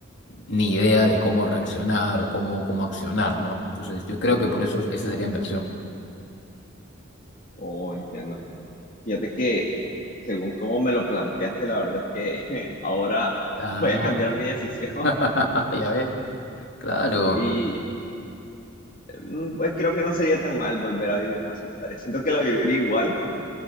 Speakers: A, on the left; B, on the left.
A: ni idea de cómo reaccionar o cómo, cómo accionar, ¿no? Entonces yo creo que por eso esa sería mi opción.
B: Oh, entiendo. Fíjate que según cómo me lo planteaste, la verdad es que <laughs> ahora
A: Ah,
B: voy a cambiar mi decisión
A: <laughs>
B: <laughs>
A: ya ves, claro,
B: y mm, pues creo que no sería tan mal volver a vivir una secundaria. Siento que la viviría igual,